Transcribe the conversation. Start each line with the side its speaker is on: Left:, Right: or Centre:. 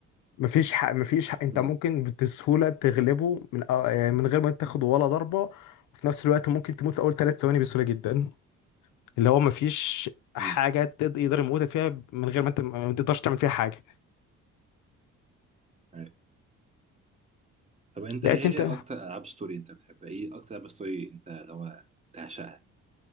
Left: مفيش حق مفيش حق انت
Right: مم.
Left: ممكن بسهوله تغلبه من آه، من غير ما تاخد ولا ضربه وفي نفس الوقت ممكن تموت في اول ثلاث ثواني بسهوله جدا اللي هو مفيش حاجه
Right: مم.
Left: تقدر يقدر يموتك فيها من غير ما انت ما تقدرش تعمل فيها حاجه
Right: ايوه طب انت
Left: لقيت
Right: ايه هي
Left: انت
Right: اكتر العاب ستوري انت بتحبها ايه اكتر العاب ستوري انت لو بتعشقها